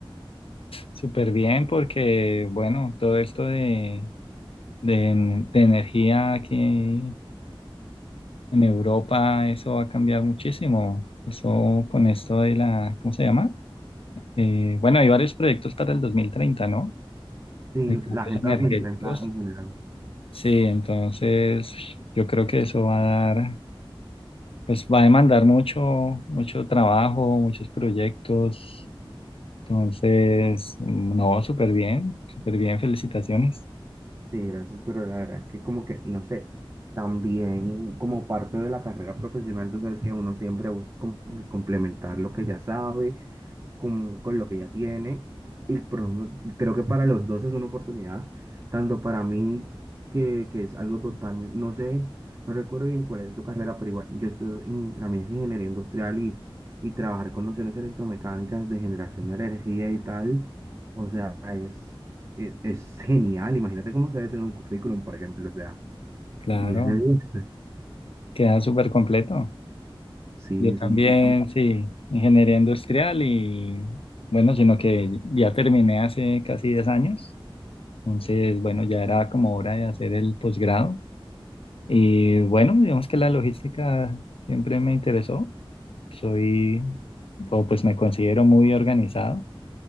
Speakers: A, on the left; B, on the right.
A: súper bien porque, bueno, todo esto de, de, en- de energía aquí en Europa, eso va a cambiar muchísimo. Eso con esto de la, ¿cómo se llama? Eh, bueno, hay varios proyectos para el dos mil treinta ¿no?
B: Sí,
A: de cambios
B: la Agenda
A: energéticos.
B: dos mil treinta en general.
A: Sí, entonces yo creo que eso va a dar, pues va a demandar mucho, mucho trabajo, muchos proyectos. Entonces, mm, no, súper bien, súper bien, felicitaciones.
B: Sí, gracias, pero la verdad es que como que, no sé, también como parte de la carrera profesional, tú sabes que uno siempre busca como que complementar lo que ya sabe con, con lo que ya tiene. Y pro- creo que para los dos es una oportunidad, tanto para mí, que, que es algo totalmente, no sé, no recuerdo bien cuál es tu carrera, pero igual yo estoy en la mía ingeniería industrial y, y trabajar con nociones electromecánicas de generación de energía y tal, o sea, es, e- es, genial. Imagínate cómo se ve eso en un currículum, por ejemplo, o sea,
A: Claro,
B: 10 de 10. <laughs>
A: queda súper completo.
B: Sí,
A: Yo también,
B: sí, y
A: sí, ingeniería industrial y bueno, sino que ya terminé hace casi 10 años. Entonces, bueno, ya era como hora de hacer el posgrado. Y bueno, digamos que la logística siempre me interesó. Soy, o pues me considero muy organizado,